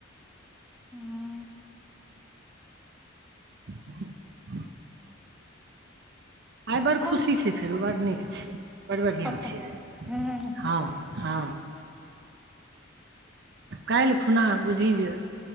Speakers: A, in the centre; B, on the right.
A: हुँ
B: <inaudible> आइ बड़
A: मोन
B: खुशी छै फेरो बड़ नीक छै बड़ बढ़िया
A: पप्पा
B: छै आय
A: हूँ
B: हँ - हँ काल्हि खुना बुझी जे